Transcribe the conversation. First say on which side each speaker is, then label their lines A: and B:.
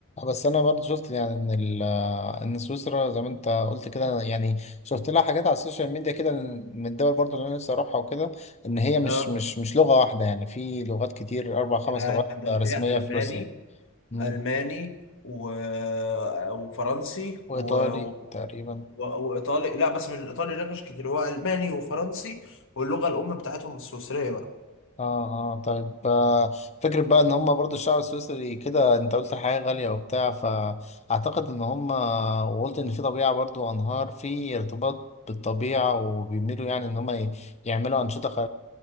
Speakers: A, on the left; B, on the left.
A: بس انا برضه شفت يعني ان ال- ان سويسرا زي ما انت قلت كده يعني شفت لها حاجات على السوشيال ميديا كده من الدول برضه اللي انا نفسي اروحها وكده ان هي مش
B: اه
A: مش مش لغة واحدة يعني في لغات كتير اربع خمس
B: يا-
A: لغات
B: ده
A: رسمية
B: فيها ألماني
A: في روسيا مم.
B: ألماني و... وفرنسي
A: وايطالي
B: و... و...
A: تقريبا
B: وإيطالي لا بس مش الإيطالي هناك مش كتير هو ألماني وفرنسي واللغة الأم بتاعتهم السويسرية بقى
A: اه اه طيب آه، فكرة بقى ان هم برضو الشعب السويسري كده انت قلت الحياة غالية وبتاع فاعتقد ان هم وقلت ان في طبيعة برضو انهار في ارتباط بالطبيعة وبيميلوا يعني ان هم ي- يعملوا انشطة خ...